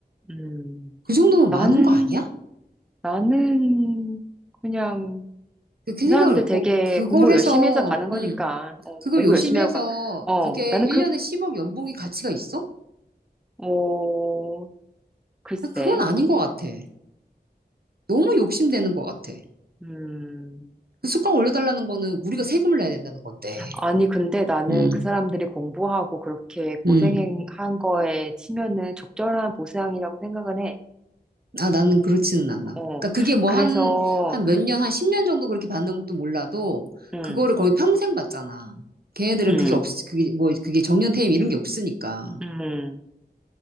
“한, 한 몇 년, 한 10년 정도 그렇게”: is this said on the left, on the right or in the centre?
Right